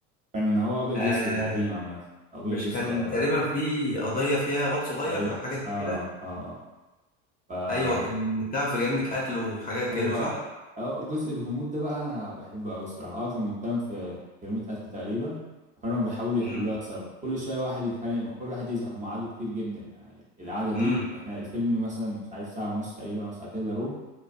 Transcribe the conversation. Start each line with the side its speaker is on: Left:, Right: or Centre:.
Right: كان هو أبيض
Left: آه
Right: وأسود ايوه قديم عامة أبيض
Left: مش
Right: وأسود
Left: كان
Right: صح أوي
Left: تقريبا
Right: قديم
Left: في قضية فيها واد صغير
Right: أيوة
Left: او
Right: ايوه
Left: حاجة زي
Right: آه
Left: كده
Right: آه ايوه
Left: ايوه كان متهم في جريمه قتل وحاجات
Right: فهو
Left: كده صح
Right: آه، جزء الغموض ده بقى أنا بحبه أوي الصراحة آه كان متهم في جريمة قتل تقريبا وكانوا بيحاولوا يحلوها
Left: امم
Right: سوا وكل شوية واحد يتخانق مع- كل واحد يزهق هم قعدوا كتير جدا يعني القعدة دي
Left: امم
Right: احنا الفيلم مثلا مش عارف ساعة ونص تقريبا أو ساعتين إلا ربع